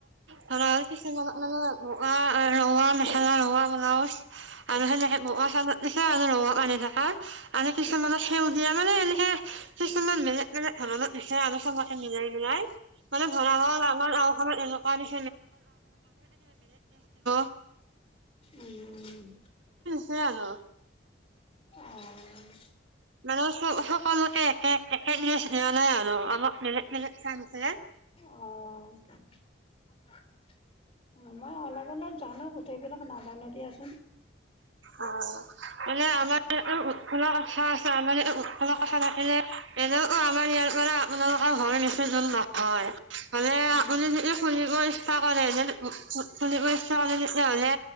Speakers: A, on the right (about 85°); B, on the left (about 30°).
A: ধৰা কিছুমানক মানে। বগা, ৰঙা মেখেলা, ৰঙা ব্লাউজ আৰু সেনেকে বগা চাদ। সেয়া আৰু ৰঙাপাৰি থকা আৰু কিছুমানত সেউজীয়া। মানে এনেকে কিছুমান বেলেগ, বেলেগ ধনত দিচে আৰু মিলাই, মিলাই। মানে ধৰা হ'ল আমাৰ গাওঁখনত এনেকুৱা নি <inaudible>
B: উম।
A: সেই আৰু।
B: অ'।
A: মানে সকলোকে একে। একে লগে দিয়া নাই আৰু আমাক বেলেগে বেলেগ চাই দিছে।
B: অ', <unintelligible> মই অলপ, অলপ জানো গোটেইবিলাক নাজানো দিয়াচোন।
A: অ', মানে আমাৰ <unintelligible> কথা থাকে যে এনেইছন <unintelligible> আমাৰ ইয়াৰ পৰা আপোনালোকৰ <unintelligible> বৰ বেছি দুৰ নহয় মানে
B: উম,
A: আপুনি যদি খুলিব ইচ্ছা কৰে। খুলিব ইচ্ছা কৰে তেতিয়াহ'লে